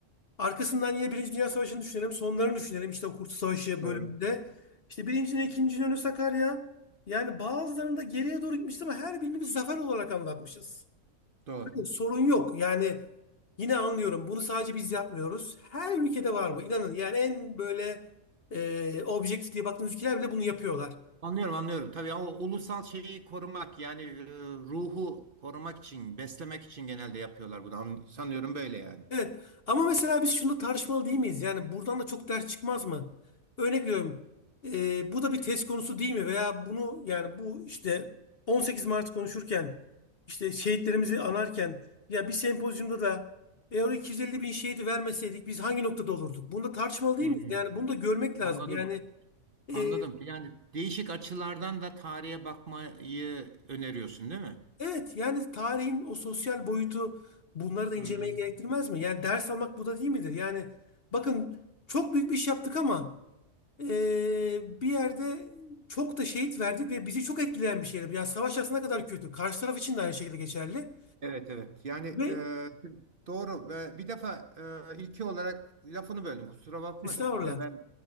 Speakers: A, on the left; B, on the right.
A: Arkasından yine Birinci Dünya Savaşı'nı düşünelim, sonlarını düşünelim işte o Kurtuluş Savaşı
B: doğru,
A: bölümünde. İşte birincinin ikinci önü Sakarya. Yani bazılarında geriye doğru gitmişiz ama her birini biz zafer olarak anlatmışız.
B: doğru.
A: Sorun yok. Yani yine anlıyorum. Bunu sadece biz yapmıyoruz. Her ülkede var bu. İnanın yani en böyle e, objektif diye baktığınız ülkeler bile bunu yapıyorlar.
B: Anlıyorum, anlıyorum. Tabii o ulusal şeyi korumak, yani e, ruhu korumak için, beslemek için genelde yapıyorlar bunu. An- Sanıyorum böyle yani.
A: Evet. Ama mesela biz şunu tartışmalı değil miyiz? Yani buradan da çok ders çıkmaz mı? Örnek veriyorum. e, bu da bir test konusu değil mi? Veya bunu yani bu işte 18 Mart konuşurken işte şehitlerimizi anarken ya bir sempozyumda da eğer o 250 bin şehidi vermeseydik biz hangi noktada olurduk? Bunu da tartışmalı değil
B: Hmm,
A: miyiz? Yani bunu da görmek lazım.
B: anladım.
A: Yani Ee,
B: Anladım. Yani değişik açılardan da tarihe bakmayı öneriyorsun, değil mi?
A: evet yani tarihin o sosyal boyutu bunları da incelemeyi
B: Hmm.
A: gerektirmez mi? Yani ders almak bu da değil midir? Yani bakın çok büyük bir iş yaptık ama ee, bir yerde çok da şehit verdik ve bizi çok etkileyen bir şeydi. Yani savaş aslında kadar kötü. Karşı taraf için de aynı şekilde geçerli.
B: Evet evet. Yani
A: Ve
B: e, şimdi doğru ve bir defa e, ilki olarak lafını böldüm kusura bakma
A: estağfurullah.
B: da. Ya ben